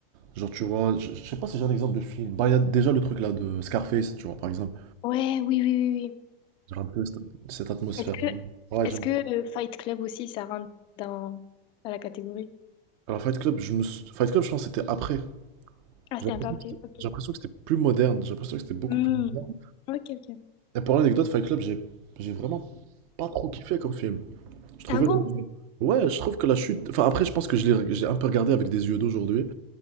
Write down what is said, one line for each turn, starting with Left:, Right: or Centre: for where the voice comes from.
Right: genre, tu vois, je, je sais pas si j'ai un exemple de film. Bah, il y a déjà le truc là de Scarface, tu vois, par exemple.
Left: Ouais, oui, oui, oui. oui.
Right: Genre un peu cette, cette atmosphère.
Left: Est-ce que,
Right: Ouais,
Left: est-ce
Right: j'aime.
Left: que euh, Fight Club aussi, ça rentre dans, dans la catégorie?
Right: Alors, Fight Club, je me... sou- Fight Club, je pense que c'était après.
Left: Ah,
Right: J'ai
Left: c'était
Right: l'impression
Left: un peu après.
Right: que c'était
Left: Ok.
Right: j'ai l'impression que c'était plus moderne. J'ai l'impression que c'était beaucoup
Left: Hmm.
Right: plus moderne.
Left: Ok, ok.
Right: Et pour l'anecdote, Fight Club, j'ai j'ai vraiment pas trop kiffé comme film. Je trouvais
Left: Ah bon?
Right: le- Ouais, je trouve que la chute. Enfin, après, je pense que je l'ai j'ai un peu regardé avec des yeux d'aujourd'hui.